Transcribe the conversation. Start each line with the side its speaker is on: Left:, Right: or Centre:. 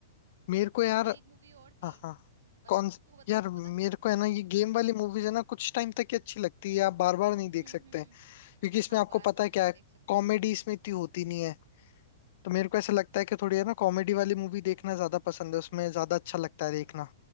Left: मेरे को यार
Right: और एक मूवी और थी
Left: हाँ
Right: हम्म,
Left: हाँ
Right: बत,
Left: कौन
Right: तू बता
Left: यार
Right: तू
Left: मेरे
Right: बता
Left: को है ना ये गेम वाली मूवीज है ना कुछ टाइम तक ही अच्छी लगती है आप बार बार नहीं देख
Right: हम्म
Left: सकते
Right: हम्म
Left: हैं
Right: हम्म
Left: क्योंकि इसमें
Right: हाँ
Left: आपको
Right: बार
Left: पता
Right: बार
Left: है क्या
Right: तो नहीं
Left: है
Right: देख सकते
Left: कॉमेडी इसमें इतनी होती नहीं है तो
Right: हम्म।
Left: मेरे को ऐसा लगता है कि थोड़ी है ना कॉमेडी वाली मूवी देखना ज्यादा पसंद है उसमें ज्यादा अच्छा लगता है देखना